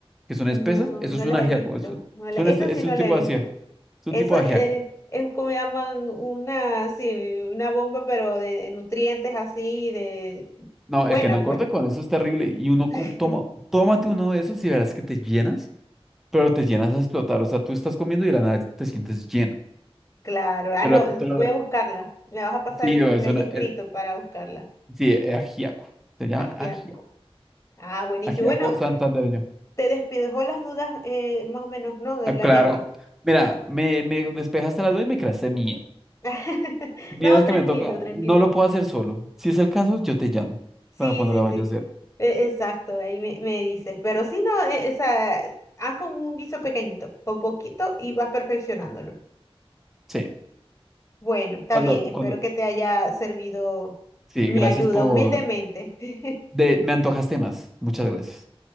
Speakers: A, in the centre; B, on the left.
A: que son
B: No,
A: espesas, eso
B: no
A: es
B: las
A: un ajiaco,
B: he visto.
A: eso-
B: No
A: son
B: la- esa
A: este-
B: sí
A: es
B: no
A: un tipo
B: la he visto.
A: de ajiaco, es
B: Eso
A: un tipo de
B: eh,
A: ajiaco.
B: es como llaman una, sí, una bomba, pero de, de nutrientes así, de
A: No,
B: buena,
A: el que no engorde
B: pues.
A: con eso es terrible. Y uno
B: <laughs>
A: com- toma, tómate uno de esos y verás que te llenas, pero te llenas a explotar. O sea, tú estás comiendo y de la nada te sientes lleno.
B: Claro. Ah,
A: Pero,
B: no,
A: pero
B: voy a buscarla. Me vas a pasar
A: sí,
B: el
A: es
B: nombre
A: una,
B: ahí escrito
A: es-
B: para buscarla.
A: sí, es ajiaco. Se llama
B: Ajiaco.
A: ajia,
B: Ah, buenísimo.
A: ajiaco
B: Bueno,
A: santandereño.
B: te despejó las dudas eh, más o menos, ¿no? De
A: Ah,
B: la
A: claro.
B: yaca.
A: Mira, me, me despejaste la duda y me creaste miedo.
B: <laughs>
A: Miedos
B: No, tranquilo,
A: que me toca.
B: tranquilo.
A: No lo puedo hacer solo. Si es el caso, yo te llamo
B: Sí,
A: para cuando
B: sí,
A: la vaya
B: sí.
A: a hacer.
B: E- Exacto, ahí me, me dices. Pero sí, no, e- esa, haz con un guiso pequeñito, con poquito y vas perfeccionándolo.
A: Sí.
B: Bueno, está
A: Cuando,
B: bien, espero
A: cuando.
B: que te haya servido
A: Sí,
B: mi
A: gracias
B: ayuda,
A: por.
B: humildemente. <laughs>
A: De, me antojaste más. Muchas gracias.